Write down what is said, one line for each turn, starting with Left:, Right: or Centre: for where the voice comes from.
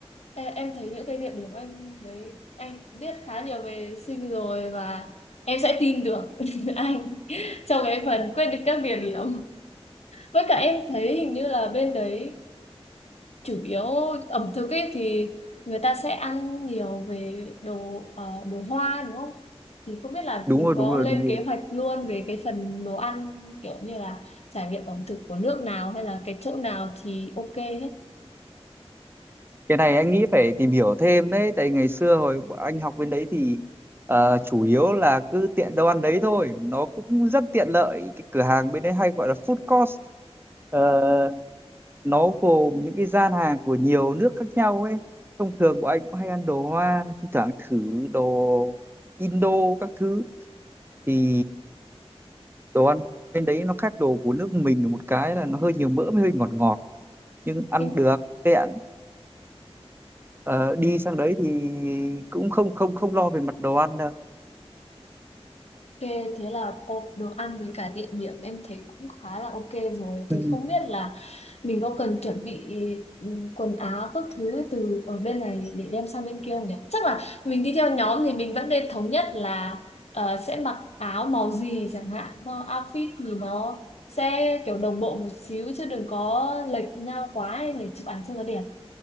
Left: Ê, Em thấy những cái địa điểm anh đấy anh biết khá nhiều về sinh rồi và em sẽ tin được <laughs> anh trong cái phần quyết định các địa điểm. Với cả em thấy hình như là bên đấy chủ yếu ẩm thực ấy thì người ta sẽ ăn nhiều về đồ ờ, đồ hoa đúng không? Thì không biết là
Right: Đúng
Left: mình
Right: rồi,
Left: có
Right: đúng rồi,
Left: lên
Right: đúng rồi.
Left: kế hoạch luôn về cái phần đồ ăn kiểu như là trải nghiệm ẩm thực của nước nào hay là cái chỗ nào thì ok hết.
Right: cái này anh nghĩ phải tìm hiểu thêm đấy tại ngày xưa hồi bọn anh học bên đấy thì ờ, chủ yếu là cứ tiện đâu ăn đấy thôi nó cũng rất tiện lợi cái cửa hàng bên đấy hay gọi là food court Ờ, nó gồm những cái gian hàng của nhiều nước khác nhau ấy thông thường bọn anh cũng hay ăn đồ Hoa thi thoảng thử đồ Indo các thứ thì đồ ăn bên đấy nó khác đồ của nước mình một cái là nó hơi nhiều mỡ với hơi ngọt ngọt nhưng ăn
Left: Ừ.
Right: được tiện Ờ, đi sang đấy thì cũng không không không lo về mặt đồ ăn đâu.
Left: Ok, thế là hộp đồ ăn với cả địa điểm em thấy cũng khá là ok rồi. Thì
Right: Ừ,
Left: không biết là mình có cần chuẩn bị ừ, quần áo các thứ từ ở bên này để đem sang bên kia không nhỉ? Chắc là mình đi theo nhóm thì mình vẫn nên thống nhất là ờ, sẽ mặc áo màu gì chẳng hạn. Do outfit thì nó sẽ kiểu đồng bộ một xíu chứ đừng có lệch nhau quá ấy để chụp ảnh cho nó đẹp.